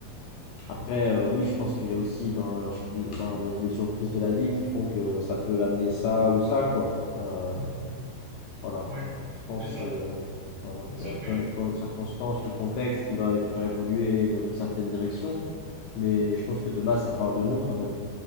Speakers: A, on the left; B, on the right.
A: après, euh, oui, je pense qu'il y a aussi ben, je- ben, les, les surprises de la vie qui font que ça peut amener ça ou ça quoi. Euh,
B: mhm.
A: voilà.
B: Ouais,
A: Je pense
B: c'est ça.
A: que voilà,
B: C'est ça
A: il y a
B: que,
A: quand même toujours les circonstances, le contexte qui va faire évoluer dans une certaine direction. Mais je pense que de base, ça part de nous quand même.